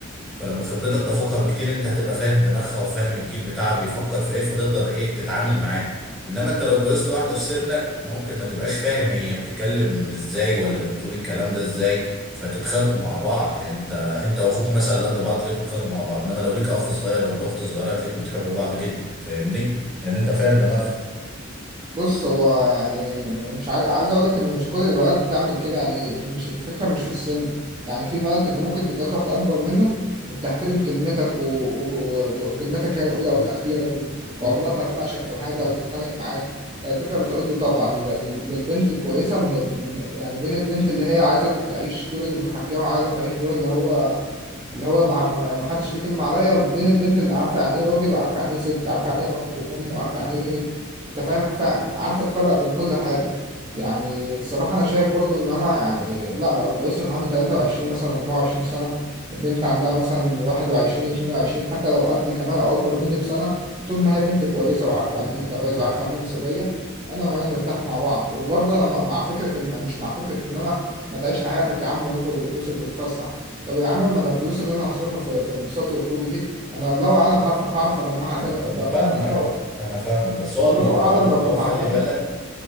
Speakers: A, in the centre; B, on the right.
A: فلما خبرتك تفوقها بكتير انت هتبقى فاهم دماغها وفاهم الجيل بتاعها بيفكر في ايه فهتقدر ايه تتعامل معاه انما انت لو اتجوزت واحده في سنك ممكن ما تبقاش فاهم هي بتتكلم ازاي ولا بتقول الكلام ده ازاي فتتخانقوا مع بعض يعني انت انت واخوك مثلا قد بعض تلاقيكوا بتتخانقوا مع بعض انما لو ليك اخ صغير ولا اخت صغيره هتلاقيكوا بتحبوا بعض جدا فاهمني لان انت فاهم دماغها
B: بص هو يعني مش عايز عايز اقول لك ان مش كل البنات بتعمل كده يعني مش الفكره مش في السن يعني في بنات انت ممكن تتجوز واحده اكبر منك وبتحترم كلمتك و... و... و... وكلمتك هي الاولى والاخيره و... وعمرها ما تناقشك في حاجه ولا تتخانق معاك يعني الفكره بتعود لي طبعا لل- للبنت الكويسه من ال... يعني بين البنت اللي هي عايزه تعيش دور المتحكمه وعايزه تعيش دور اللي هو اللي هو ما ما ما حدش ليه كلمة عليا بين البنت اللي عارفة يعني ايه راجل وعارفة يعني ايه ست عارفة يعني ايه اب وام وعارفة يعني ايه انت فاهم عارفة عارفة تفرق بين كل حاجة يعني الصراحة انا شايف برضو ان انا يعني لا لو اتجوزت وانا عندي 23 مثلا 24 سنة البنت عندها مثلا 21 22 حتى لو قدي كمان او اكبر مني بسنة طول ما هي بنت كويسة وعارفة يعني ايه جواز وعارفة يعني ايه مسؤولية انا وهي نرتاح مع بعض وبرضه انا مع مع فكرة ان مش مع فكرة ان انا ما تعيش حياتك يا عم واخرج واتبسط واتفسح طب يا عم ما انا الفلوس اللي انا هصرفها في, في انبساطي وخروجي دي انا الله اعلم هعرف هعرف اجمعها تاني ولا
A: انا
B: لا
A: فاهمك
B: آه،
A: انا فاهمك بس
B: والله
A: هو الموضوع
B: اعلم
A: موضوع
B: لو جمعتها
A: خلي بالك